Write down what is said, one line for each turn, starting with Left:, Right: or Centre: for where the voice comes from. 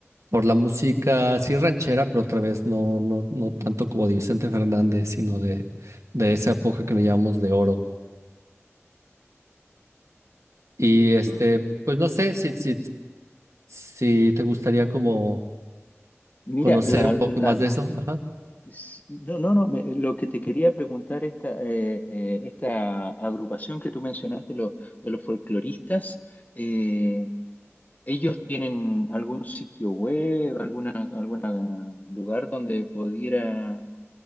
Right: por la música, sí ranchera, pero otra vez no, no, no tanto como de Vicente Fernández, sino de, de esa época que le llamamos de oro. Y este,
Left: Sí.
Right: pues no sé si, si, si te gustaría como
Left: Mira,
Right: conocer
Left: la,
Right: un
Left: la-
Right: poco más
Left: la-
Right: de eso. Ajá.
Left: S- No, no, no, me- lo que te quería preguntar, esta, eh, eh, esta agrupación que tú mencionaste, lo- de los folcloristas, eh, ¿ellos tienen algún sitio web, alguna, algún lugar donde pudiera